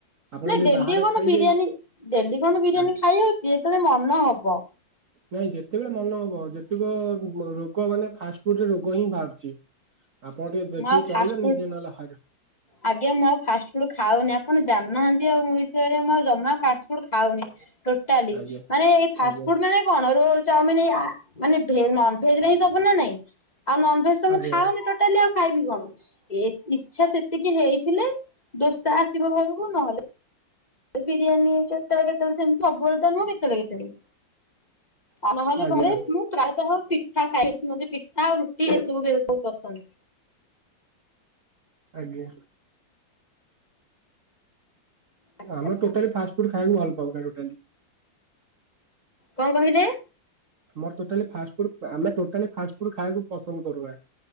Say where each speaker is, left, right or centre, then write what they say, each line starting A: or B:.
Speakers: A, on the right; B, on the left.
A: ଆପଣ
B: ନାଇଁ,
A: ଯଦି
B: ଡେଲି
A: ବାହାରେ
B: କଣ
A: ଖାଇବେ
B: ବିରିୟାନୀ ଡେଲି କଣ ବିରିୟାନୀ
A: ଆଗ-
B: ଖାଇ ହାଉଛି ଯେତେବେଳେ ମନ ହବ।
A: ନାଇଁ ଯେତେବେଳେ ମନ ହବ ଯେତେକ ରୋଗ ମାନେ ଫାଷ୍ଟ ଫାଷ୍ଟଫୁଡରେ ରୋଗ ହିଁ ବାହାରୁଛି ଆପଣ ଟିକେ ଦେଖିକି
B: ମୁଁ ଆଉ
A: ଚଳିବେ
B: ଫାଷ୍ଟଫୁଡ୍
A: ନିଜେ ନହେଲେ ହରି
B: ଆଜ୍ଞା, ମୁଁ ଆଉ ଫାଷ୍ଟ ଫୁଡ୍ ଖାଉନି ଆପଣ ଜାଣିନାହାନ୍ତି ଆଉ ମୋବିଷୟରେ ମୁଁ ଜମା ଫାଷ୍ଟ ଫୁଡ୍ ଖାଉନି ଇଟାଲୀ
A: ଆଜ୍ଞା
B: ମାନେ ଏଇ ଫାଷ୍ଟ
A: ଆଜ୍ଞା
B: ଫୁଡ୍ ମାନେ କଣ ରୋଲ ଚାଉମିନି ମାନେ ଭେ ନନ୍ଭେଜ୍ ରେ ହିଁ ସବୁ ନା ନାଇଁ ଆଉ ନନ୍ଭେଜ ତ
A: ଆଜ୍ଞା
B: ମୁଁ ଖାଉନି ଟୋଟାଲି ଆଉ ଖାଇବି କଣ ଏ ଇଛା ତ ସେ କିଏ ହେଇଥିଲେ ଦୋସା ଆସିବ ଘରକୁ ନହେଲେ ବିରିୟାନୀ କେତେଳେ କେତେଳେ ସେମତି ସବୁବେଳେ ତ ନୁହଁ କେତେଳେ କେତେଳେ ଆଉ ନହଲେ
A: ଆଜ୍ଞା
B: ଘରେ ମୁଁ ପ୍ରାୟତଃ ପିଠା ଖାଇ ମତେ ପିଠା ଆଉ ରୁଟି ଏସବୁ <unintelligible> ବହୁତ ପସନ୍ଦ।
A: ଆଜ୍ଞା।
B: ଆଚ୍ଛା
A: ଆମେ
B: ଆଚ୍ଛା
A: ଟୋଟାଲି ଫାଷ୍ଟ ଫୁଡ୍ ଖାଇବାକୁ ଭଲ ପାଉନା ଟୋଟାଲି।
B: କଣ କହିଲେ?
A: ଆମର ଟୋଟାଲି ଫାଷ୍ଟ ଫୁଡ୍ ଆମେ ଟୋଟାଲି ଫାଷ୍ଟ ଫୁଡ୍ ଖାଇବାକୁ ପସନ୍ଦ କରୁନା।